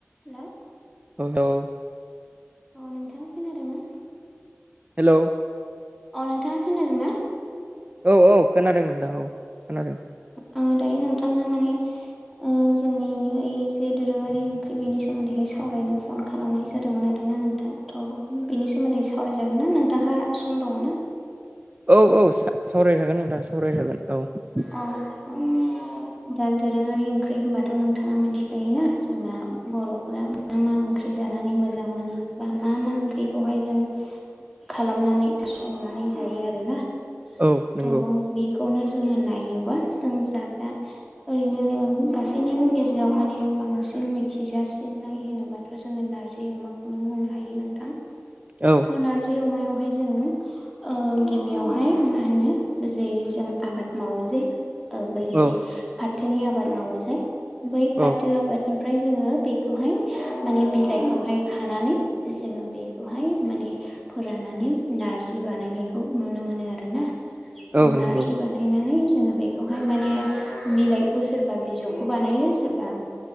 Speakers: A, in the centre; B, on the right.
A: Hello
B: औ हेव
A: अ नोंथां खोनादोंना?
B: हेलौ
A: अ नोंथाङा खोनादों ना?
B: औ औ खोनादों नोंथां औ खोनादों।
A: आ दायो नोंथांनो माने ओ जोंनि ओइ जे दोरोङारि ओंख्रि बेनि सोमोन्दैहाय सावरायनो फन खालामनाय जादोंमोन आरोना नों थां थ' बिनि सोमोन्दै सावरायजागोन ना नोंथांहा सम दङ ना?
B: औ औ सा-सावरायजागोन नोंथां सावराय जागोन औ।
A: आ आ दा दोरोङारि ओंख्रि होनबाथ नोंथाङा मिथिखायोना जोंना बर'फोरा मा मा ओंख्रि जानानै मोजां मोजां मोनो बा मा मा ओंख्रिखौहाय जों खालामनानै संनानै जायो आरोना
B: औ नंगौ
A: थ' बे खौनो जोङो नायोबा जों जाग्रा ओरैनो गासैनिबो गेजेराव माने बांसिन मिथिजासिननाय होनोब्ला थ जोङो नार्जि अमाखौनो बुंनो हायो नोंथां
B: औ
A: नारजि अमायावहाय जोङो गिबियावहाय मा होनो जे जों आबाद मावो जे बै
B: औ
A: जे फाथोनि आबाद मावो जे बै
B: औ
A: फाथो आबादनिफ्राय जोङो बेखौहाय माने बिलाइखौहाय खानानै जोङो बेखौहाय माने फोराननानै नारजि बानायनायखौ नुनो मोनो आरोना थ
B: औ
A: नारजि
B: नंगौ
A: बानायनानै जोङो बेखौहाय माने मिलाइखौ सोरबा बिजौखौ बानायो सोरबा